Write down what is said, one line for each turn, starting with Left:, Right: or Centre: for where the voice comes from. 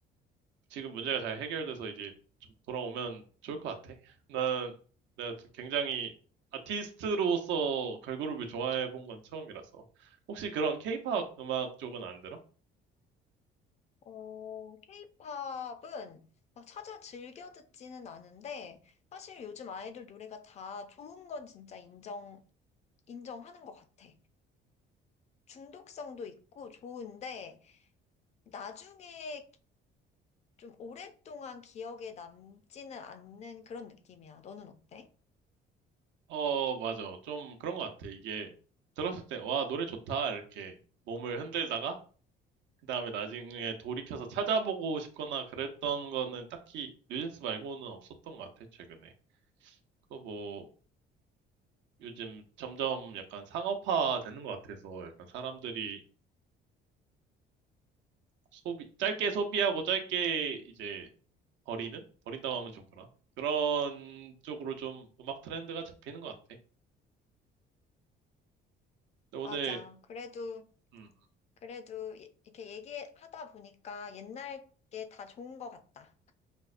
Right: 지금 문제가 잘 해결돼서 이제 좀 돌아오면 좋을 것 같아. 나는 내가 굉장히 아티스트로서 걸그룹을 좋아해 본 건 처음이라서. 혹시 그런 케이팝 음악 쪽은 안 들어?
Left: 어, 케이팝은 막 찾아 즐겨 듣지는 않은데, 사실 요즘 아이돌 노래가 다 좋은 건 진짜 인정, 인정하는 것 같아. 중독성도 있고 좋은데, 나중에 좀 오랫동안 기억에 남지는 않는 그런 느낌이야. 너는 어때?
Right: 어, 맞아. 좀 그런 것 같아. 이게 들었을 때, 와, 노래 좋다. 이렇게 몸을 흔들다가, 그 다음에 나중에 돌이켜서 찾아보고 싶거나 그랬던 거는 딱히 뉴진스 말고는 없었던 것 같아, 최근에. 그거 뭐, 요즘 점점 약간 상업화 되는 것 같아서 약간 사람들이 소비, 짧게 소비하고 짧게 이제 버리는? 버린다고 하면 좀 그러나? 그런 쪽으로 좀 음악 트렌드가 잡히는 것 같아. 근데
Left: 맞아.
Right: 오늘,
Left: 그래도,
Right: 음,
Left: 그래도 이- 이렇게 얘기하다 보니까 옛날 게 다 좋은 것 같다.